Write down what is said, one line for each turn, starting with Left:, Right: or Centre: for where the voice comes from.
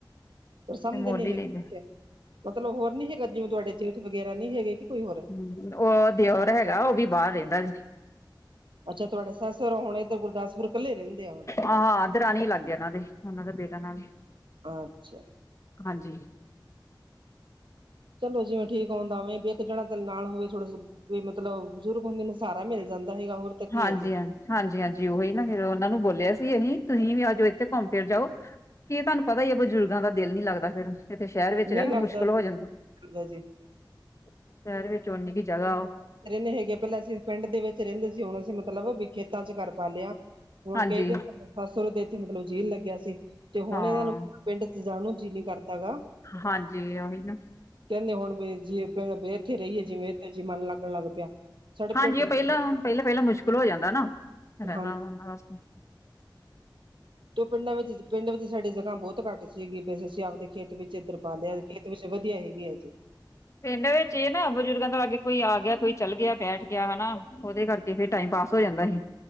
Right: ਪਰ ਸਮਝਦੇ
Left: ਤੇ ਮੁੱਲ
Right: ਨੀ
Left: ਹੀ
Right: ਹੈਗੇ
Left: ਲੈਂਦੇ
Right: ਬੇ ਮਤਲਬ ਹੋਰ ਨੀ ਹੈਗਾ ਜਿਵੇਂ ਤੁਹਾਡੇ ਜੇਠ ਵਗੈਰਾ ਨੀ ਹੈਗੇ ਕਿ ਕੋਈ ਹੋਰ।
Left: ਹਮ ਉਹ ਦਿਓਰ ਹੈਗਾ ਉਹ ਵੀ ਬਾਹਰ ਰਹਿੰਦਾ ਜੀ।
Right: ਅੱਛਾ ਤੁਹਾਡਾ ਸੱਸ ਸੁਰਰਾ ਹੋਣੇ ਗੁਰਦਾਸਪੁਰੱ ਕੱਲੇ ਰਹਿੰਦੇ ਆ ਹੁਨ।
Left: ਆ ਦਰਾਣੀ ਲਾਗੇ ਇਹਨਾਂ ਦੇ ਉਹਨਾਂ ਦੇ ਬੇਟਾ ਨਾਲ।
Right: ਅੱਛਾ
Left: ਹਾਂਜੀ।
Right: ਚਲੋ ਜਿਵੇਂ ਠੀਕ ਹੋਂਦਾ ਹੋਵੇ ਵੀ ਇੱਕ ਜਾਣਾ ਨਾਲ ਹੋਵੇ ਥੋੜਾ। ਵੀ ਮਤਲਬ, ਬਜ਼ੁਰਗ ਹੁੰਦੇ ਨੇ, ਸਾਰਾ ਮਿਲ ਜਾਂਦਾ ਹੀਗਾ, ਹੋਰ ਤਾਂ ਕੀ
Left: ਹਾਂਜੀ-ਹਾਂਜੀ,
Right: ਹੈ ਜੀ
Left: ਹਾਂਜੀ-ਹਾਂਜੀ, ਉਹੀ ਨਾ ਉਹਨਾਂ ਨੂੰ ਬੋਲਿਆ ਸੀ ਅਹੀ, ਤੁਹੀਂ ਵੀ ਆਜਾਓ ਇੱਥੇ ਘੁੰਮ-ਫਿਰ ਜਾਓ। ਕੀ ਏ ਤੁਹਾਨੂੰ ਪਤਾ ਹੀ ਆ, ਬਜ਼ੁਰਗਾਂ ਦਾ ਦਿਲ ਨ ਨਹੀਂ ਲੱਗਦਾ ਫਿਰ। ਇਥੇ ਸ਼ਹਿਰ ਵਿੱਚ
Right: ਨਹੀਂ
Left: ਰਹਿਣਾ
Right: ਲੱਗਦਾ
Left: ਮੁਸ਼ਕਿਲ ਹੋ ਜਾਂਦਾ।
Right: ਲੱਗਦਾ ਜੀ
Left: ਸ਼ਹਿਰ ਵਿੱਚ ਓਨੀ ਕੀ ਜਗ੍ਹਾ ਉਹ
Right: ਰਹਿੰਨੇ ਹੇਗੇ, ਪਹਿਲਾਂ ਅਸੀਂ ਪਿੰਡ ਦੇ ਵਿੱਚ ਰਹਿੰਦੇ ਸੀ, ਹੁਣ ਅਸੀਂ ਮਤਲਬ ਵੀ ਖੇਤਾਂ'ਚ ਘਰ ਪਾਲਿਆ। ਹੁਣ
Left: ਹਾਂਜੀ
Right: ਕਹੀਦੇ ਸਾਸ-ਸਹੁਰੇ ਦਾ ਇੱਥੇ ਮਤਲਬ ਜੀ ਨਹੀ ਲੱਗਿਆ ਸੀ, ਤੇ ਹੁਣ
Left: ਹਾਂ
Right: ਇਹਨਾਂ ਨੂੰ ਪਿੰਡ'ਚ ਜਾਣ ਨੂੰ, ਜੀਅ ਨੀ ਕਰਦਾਗਾ।
Left: ਹਾਂਜੀ, ਓਹੀ ਨਾ।
Right: ਕਹਿੰਦੇ ਹੁਣ ਬ ਜਿਵੇ, ਇੱਥੇ ਰਹੀਏ, ਜਿਵੇਂ ਇੱਥੇ ਜੀ ਮਨ ਲੱਗਣ ਲੱਗ ਪਿਆ। ਸਾਡੇ
Left: ਹਾਂਜੀ,
Right: ਪਿੰਡ
Left: ਉਹ ਪਹਿਲਾਂ, ਪਹਿਲਾਂ-ਪਹਿਲਾਂ ਮੁਸ਼ਕਿਲ ਹੋ ਜਾਂਦਾ ਨਾ, ਰਹਿਣਾ
Right: ਹਾਂ
Left: ਓਹਨਾਂ ਵਾਸਤੇ।
Right: ਤੇ ਉਹ ਪਿੰਡਾਂ ਵਿੱਚ, ਪਿੰਡ ਵਿੱਚ ਸਾਡੀ ਜਗ੍ਹਾ ਬਹੁਤ ਘੱਟ ਸੀਗੀ, ਬ ਅਸੀਂ ਆਪਦੇ ਖੇਤ ਵਿੱਚ ਇੱਧਰ ਪਾਲਿਆ ਖੇਤ ਵਿੱਚ ਵ ਵਧੀਆ ਹੇਗੀ ਆ ਜੀ।
Left: ਪਿੰਡ ਵਿੱਚ ਇਹ ਨਾ ਬਜ਼ੁਰਗਾਂ ਦਾ ਅੱਗੇ ਕੋਈ ਆਗਿਆ, ਕੋਈ ਚੱਲਗਿਆ, ਬੈਠਗਿਆ ਹਨਾ ਉਹਦੇ ਕਰਕੇ ਏਹੇ, ਟਾਈਮ ਪਾਸ ਹੋ ਜਾਂਦਾ ਸੀ।